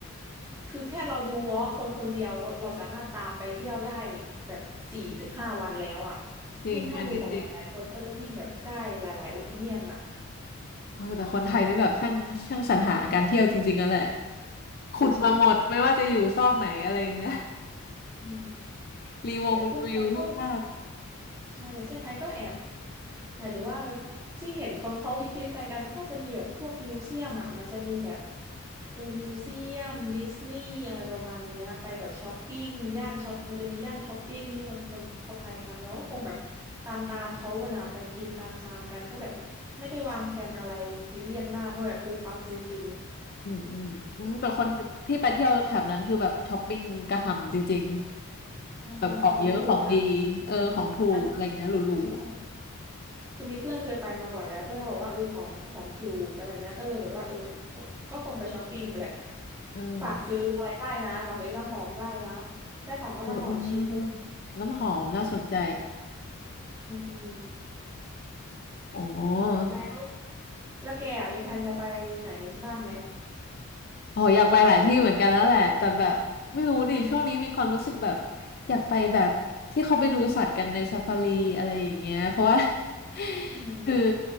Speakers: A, on the right; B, on the left.
A: คือแค่เราดูวอล์กคนคนเดียวเราเราสามารถตามไปเที่ยวได้แบบสี่ถึงห้าวันแล้วอ่ะ
B: ๆจริงอันนี้จริง
A: ยิ่งถ้าดูของหลายๆคนก็จะยิ่งแบบได้หลายๆโอปิเนียนอ่ะ
B: เออแต่คนไทยนี่แบบช่างช่างสรรหาการเที่ยวจริงๆกันแหละ ขุดมาหมดไม่ว่าจะอยู่ซอกไหนอะไรอย่างเงี้ย
A: ใช่อืม
B: รีวงรีวิวรูปภาพ
A: แต่เซี่ยงไฮ้ก็ ใช่แต่เซี่ยงไฮ้ก็แอบหมายถึงว่าที่เห็นคนเขาคิตๆไปกันก็จะมีแบบพวกมิวเซียมอ่ะมันจะมีแบบเออมิวเซียมดิสนีย์อะไรประมาณเนี้ยไปแบบช้อปปิ้งย่านช้อปมันจะมีย่านช้อปปิ้งที่คนคนเข้าไปกันแล้วก็คงแบบตามตามเขากันอะไปกินตามตามกันก็แบบไม่ได้วางแผนอะไรซีเรียสมากเพราะแบบปุ๊บปั๊บจริง
B: อืมอืมอืมแต่คนที่ไปเที่ยวแถบนั้นคือแบบช้อปปิ้งกระหำจริงๆแบบของเยอะของดีเออของถูกอะไรเงี้ยหรู
A: ๆใช่ มันถูกอ่ะอันใช่ คือมีเพื่อนเคยไปมาก่อนแล้วเพื่อนก็บอกว่าเออของของถูกอะไรแบบเนี้ยก็เลยแบบว่าเออก็ก็คงไปช้อปปิ้งแหละ
B: ๆอืม
A: ฝากซื้ออะไรได้นะฝากซื้อน้ำหอมได้นะได้ข่าวว่าน้ำหอมชีถูก
B: เออเออเออน้ำหอมน่าสนใจ
A: อืมอืม
B: โอ้
A: แล้วแล้วแกอะมีแผนจะไปไหนบ้างไหม
B: อ๋ออยากไปหลายที่เหมือนกันแล้วแหละแต่แบบไม่รู้ดิช่วงนี้มีความรู้สึกแบบ
A: อืม
B: อยากไปแบบที่เขาไปดูสัตว์กันในซาฟารีอะไรอย่างเงี้ยเพราะว่า <laughs>
A: อืม
B: คือ